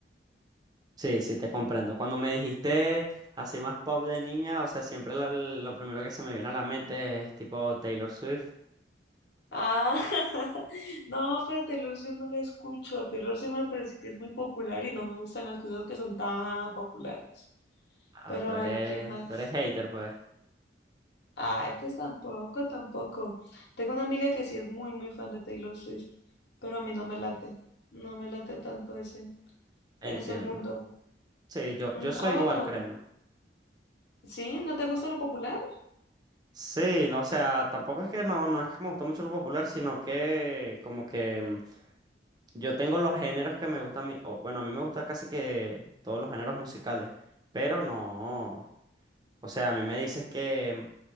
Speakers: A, on the right; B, on the left.
A: Sí, sí, te comprendo. Cuando me dijiste así más pop de niña, o sea, siempre la- lo primero que se me viene a la mente es tipo Taylor Swift.
B: Ah, <laughs> no, pero a Taylor Swift no la escucho. A Taylor Swift me parece que es muy popular y no me gustan las cosas que son tan populares.
A: Ah,
B: Pero
A: tú
B: a
A: eres,
B: ver, ¿qué más?
A: tú eres hater, pues.
B: Ah, entonces tampoco, tampoco. Tengo una amiga que sí es muy, muy fan de Taylor Swift, pero a mí no me late. No me late tanto ese,
A: Entiendo.
B: ese mundo.
A: Sí, yo,
B: Mm,
A: yo soy
B: ah, bueno,
A: igual, créeme.
B: ¿sí? ¿No te gusta lo popular?
A: Sí, no, o sea, tampoco es que no, no es que me gustó mucho lo popular, sino que como que mm, yo tengo los géneros que me gustan a mí, o, bueno, a mí me gusta casi que todos los géneros musicales, pero no, o sea, a mí me dices que, mm,